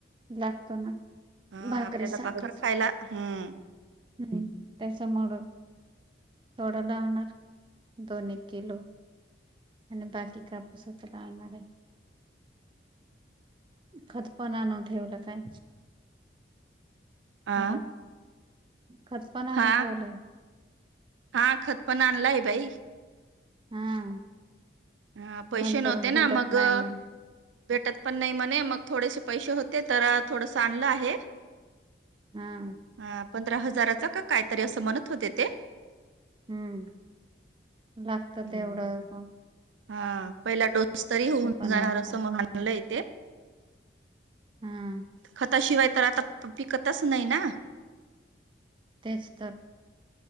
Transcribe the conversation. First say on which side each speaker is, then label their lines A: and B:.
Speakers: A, on the right; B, on the right.
A: लागतो ना.
B: हा
A: भाकरीसाठी
B: आपल्याला भाकर खायला हम्म.
A: हम्म त्याच्यामूळ थोड लावणार. दोन एक किलो आणि बाकी कापूसत लावणार आहे. खत पण आणून ठेवलं काय?
B: आ
A: हॅलो! खत पण आणून
B: हा
A: ठेवलय.
B: हा खत पण आणलाय बाई.
A: हा.
B: हा पैसे
A: नंतरून
B: नव्हते
A: भेटत
B: ना मगं
A: नाही मग
B: भेटत पण नाही म्हणे, मग थोडेसे पैसे होते तर थोडस आणलं आहे.
A: हा.
B: हां पंधरा हजाराचा का काय तरी असं म्हणत होते ते.
A: हम्म लागत
B: हम्म
A: तेवढं हं.
B: हा पहिला डोस तरी होऊन
A: पण
B: जाणार
A: नसतात
B: असं म्हणून आणलय तेे.
A: हा
B: खताशिवाय तर आता पिकतच नाही ना?
A: तेच तर